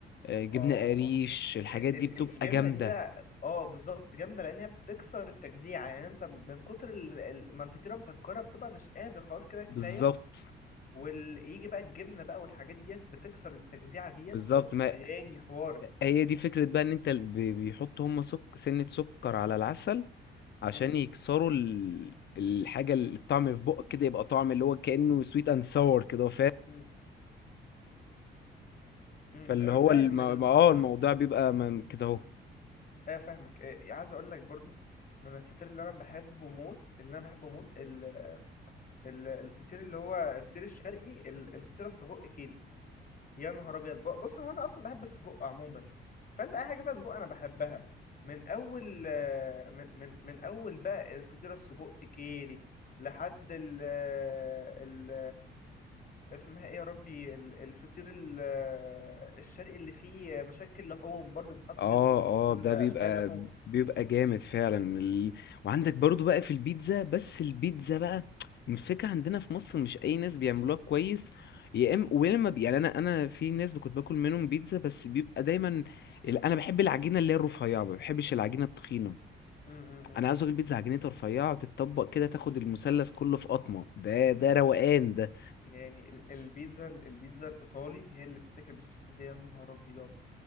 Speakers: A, on the left; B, on the left.
A: آه، جبنه
B: اه
A: قريش الحاجات
B: ال-
A: دي بتبقى
B: الجبنه
A: جامده
B: دي بقى اه بالظبط جامده لان هي بتكسر التجزيع يعني انت من كتر ال- ال- ما الفطيره مسكره بتبقى مش قادر خلاص كده كفايه
A: بالظبط
B: ويجي بقى الجبنة بقى والحاجات ديت بتكسر التجزيعة ديت
A: بالظبط
B: بتبقى
A: ما
B: ياني حوار
A: هي دي فكره بقى ان انت ال- بي- بيحطوا هم سك سنه سكر على العسل عشان
B: امم
A: يكسروا ال... الحاجه الطعم في بقك كده يبقى طعم اللي هو كانه سويت اند ساور كده
B: امم امم
A: فاللي
B: انا
A: هو
B: فاهم
A: الم...
B: ال...
A: اه
B: ال-
A: الموضوع بيبقى ما- كده اهو
B: اه فاهمك اه عايز اقول لك برضو من الفطير اللي انا بحبه موت اللي انا بحبه موت ال... ال... الفطير اللي هو الفطير الشرقي ال... الفطير السجق كيري يا نهار ابيض ب- بص هو انا اصلا بحب السجق عموما فانت اي حاجه فيها سجق انا بحبها من اول آه، من من, من اول بقى الفطير السجق كيري لحد ال ال اسمها ايه يا ربي ال- الفطير ال- الشرقي اللي فيه مشكل لحوم برضو بتحط
A: اه
B: فيه سجق
A: اه
B: وكل
A: ده
B: اشكال
A: بيبقى
B: اللحوم
A: بيبقى جامد فعلا ال... وعندك برضو بقى في البيتزا بس البيتزا بقى الفكرة عندنا في مصر مش اي ناس بيعملوها كويس يا اما ويا اما يعني انا انا في ناس كنت باكل منهم بيتزا بس بيبقى دايما ال- انا بحب
B: م-
A: العجينه اللي هي الرفيعه ما بحبش العجينه التخينه
B: م- م- م-
A: انا عايز
B: م.
A: اكل
B: م.
A: بيتزا عجينتها رفيعه تتطبق كده تاخد المثلث كله في قطمه ده ده روقان ده
B: يعني ال- البيتزا البيتزا الايطالي هي اللي بتاكل بالشكل ده يا نهار ابيض